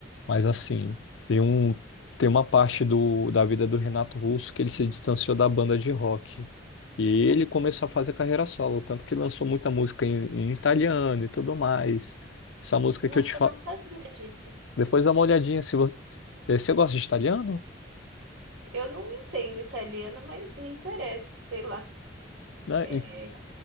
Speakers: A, on the left; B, on the right.
A: Mas assim, tem um, tem uma parte do, da vida do Renato Russo que ele se distanciou da banda de rock. E ele começou a fazer carreira solo, tanto que lançou muita música em, em italiano e tudo mais. Essa música
B: Nossa,
A: que eu te falo.
B: eu não sabia disso.
A: Depois dá uma olhadinha, se você, eh, você gosta de italiano?
B: Eu não entendo italiano, mas me interessa, sei lá.
A: Né?
B: É...